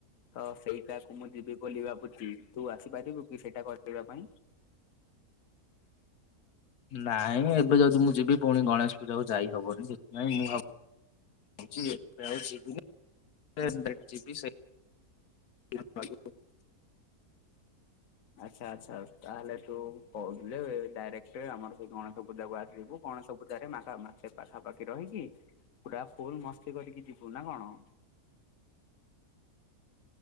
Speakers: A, on the left; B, on the left.
A: ତ ସେଇଟାକୁ ମୁଁ ଯିବି ବୋଲି ଭାବୁଚି ତୁ ଆସିପାରିବୁକି ସେଇଟା କରିବା ପାଇଁ?
B: ନାଇଁ ମୁଏବେ ଯଦି ମୁଁ ଯିବି ପୁଣି ଗଣେଶ ପୂଜାକୁ ଯାଇ ହବନି ସେଥିପାଇଁ ମୁଁ ଆଉ ଭାବିଚି ଏବେ ଆଉ ଯିବିନି ଯିବି ସେ <unintelligible> <unintelligible>
A: ଆଚ୍ଛା ଆଚ୍ଛା ତାହେଲେ ତୁ କୋହୁଚୁଯେଵେ ଡାଇରେକ୍ଟ ଆମର ସେ ଗଣେଶ ପୂଜା କୁ ଆସିବୁ ଗଣେଶ ପୂଜାରେ ମା ମାସେ ପାଖାପାଖି ରହିକି ପୁରା ଫୁଲୁ ମସ୍ତି କରିକି ଯିବୁ ନା କଣ।